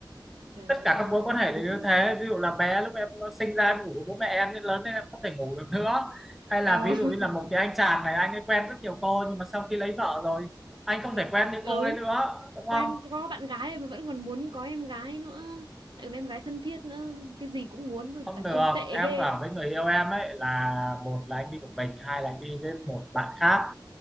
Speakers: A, on the right; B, in the centre.
A: Trời
B: tất cả
A: ơi,
B: các mối quan hệ
A: đúng.
B: đều như thế ví dụ là bé lúc em sinh ra em ngủ với bố mẹ em nên lớn lên em không thể ngủ được nữa hay
A: Ờ.
B: là ví
A: <laughs>
B: dụ như là một cái anh chàng này anh ấy quen rất nhiều cô nhưng mà sau khi lấy vợ rồi anh không
A: Thì,
B: thể quen những
A: ừ
B: cô đấy nữa đúng
A: quen
B: không
A: có bạn gái mà vẫn còn muốn có em gái nữa lại còn em gái thân thiết nữa cái gì cũng muốn
B: không
A: đàn
B: được
A: ông tệ
B: em
A: ghê
B: bảo
A: ấy.
B: với người yêu em ấy là một là anh đi một mình hai là anh đi với một bạn khác